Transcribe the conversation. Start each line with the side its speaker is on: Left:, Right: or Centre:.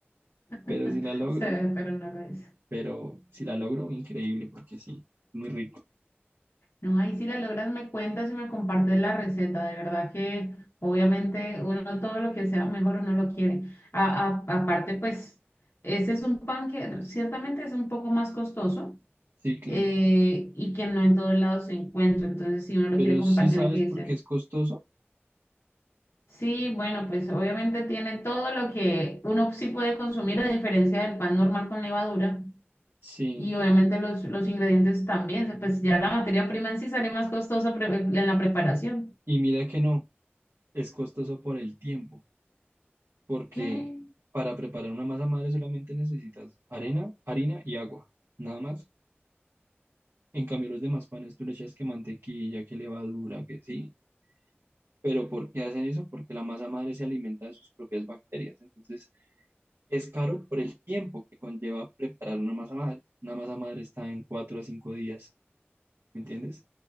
Left: <laughs>
Right: Pero si la logro.
Left: Se ve, pero no lo es.
Right: pero si la logro, increíble, porque sí, muy rico.
Left: No, ahí si la logras me cuentas y me compartes la receta. De verdad que obviamente uno todo lo que sea mejor uno lo quiere. A- a- aparte, pues, ese es un pan que ciertamente es un poco más costoso
Right: Sí, claro.
Left: eh, y que no en todos lados se encuentra. Entonces, si uno lo
Right: Pero
Left: quiere compartir,
Right: sí sabes
Left: tiene que
Right: por
Left: decir,
Right: qué es costoso.
Left: sí, bueno, pues obviamente tiene todo lo que uno sí puede consumir a diferencia del pan normal con levadura.
Right: Sí,
Left: Y obviamente los, los ingredientes también, se- pues ya la materia prima en sí sale más costosa pre- en la preparación.
Right: y mira que no, es costoso por el tiempo, porque
Left: ¿Qué?
Right: para preparar una masa madre solamente necesitas arena, harina y agua, nada más. En cambio, los demás panes tú le echas que mantequilla, que levadura, que sí. Pero ¿por qué hacen eso? Porque la masa madre se alimenta de sus propias bacterias. Entonces, es caro por el tiempo que conlleva preparar una masa madre. Una masa madre está en cuatro a cinco días. ¿me entiendes?